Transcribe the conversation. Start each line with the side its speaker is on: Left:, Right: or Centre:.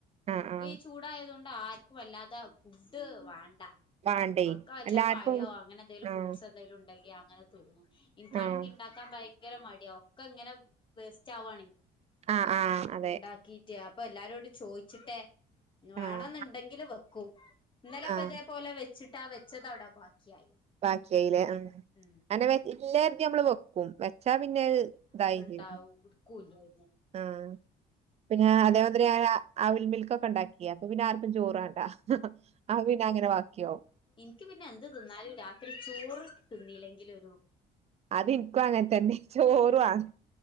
Right: ആഹ് ആഹ്
Left: ഈ ചൂ ടാ ആയതുകൊണ്ട് ആർക്കും വല്ലാതെ ഫുഡ് വാണ്ട
Right: വാണ്ടേ
Left: അക്ക വല്ല
Right: എല്ലാർക്കും
Left: പയയോ അങ്ങനെ എന്തെങ്കിലും
Right: ആഹ്
Left: ഫ്രൂട്ട്സ് കൈയിൽ ഉണ്ടെങ്കി അങ്ങനെ തീന്നും ഇനക്കണെങ്കി
Right: ആഹ്
Left: ഇണ്ടാക്കാൻ ഭയങ്കര മടിയ ഒക്കെ ഇങ്ങനെ വേസ്റ്റ് ആവു ആണ്
Right: ആഹ് ആഹ് അതെ
Left: ഇണ്ടാക്കിട്ടേ അപ്പൊ എല്ലാരോട് ചോയിച്ചിട്ടേ വേണേയെന്ന്
Right: ആഹ്
Left: ഉണ്ടെങ്കിലെ വെ ക്കു ഇന്നലെപ്പതേപോലെ
Right: ആഹ്
Left: വെച്ചിട്ടാ വെച്ചത് അവിടെ ബാക്കിയായി
Right: ബാക്കിയയിലെ ആഹ്
Left: ഉം
Right: അങ്ങെനെ ഇല്ലായിത് നമ്മള് വെക്കും വെച്ചാ പിന്നെ ഇതാ ഇതായും
Left: ണ്ടാവു ഇട്കൂലരുന്നു.
Right: ആഹ് പിന്നെ അതേമാതിരി ഞാൻ ആവിൽമിൽക്ക് ഒക്കെ ഒണ്ടാക്കി അപ്പൊ പിന്നെ ആർക്കും ചോറ് വേണ്ടാ. അ പിന്നെ അങ്ങനെ വാക്കിയവും.
Left: ഇൻക്ക് പിന്നെ എന്ത് തിന്നാലും രാത്രി ചോറ് തിന്നില്ലെങ്കിലെ ഒരു
Right: അത് ഇൻക്കും അങ്ങനെതന്നെ ചോറു വാണ്